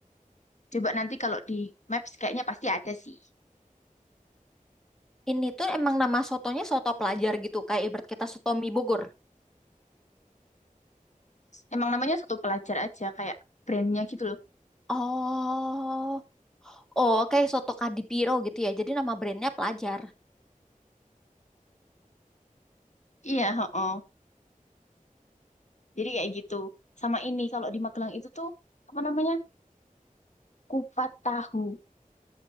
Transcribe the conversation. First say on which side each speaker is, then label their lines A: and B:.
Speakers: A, on the left; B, in the centre.
A: Coba nanti kalau di Maps kayaknya pasti ada sih.
B: Ini tuh emang nama sotonya soto pelajar gitu, kayak ibarat kita soto mie Bogor.
A: Emang namanya satu pelajar aja kayak brandnya gitu loh.
B: Oh, oh kayak soto Kadipiro gitu ya. Jadi nama brandnya pelajar.
A: Iya, oh Jadi kayak gitu. Sama ini kalau di Magelang itu tuh apa namanya? Kupat tahu.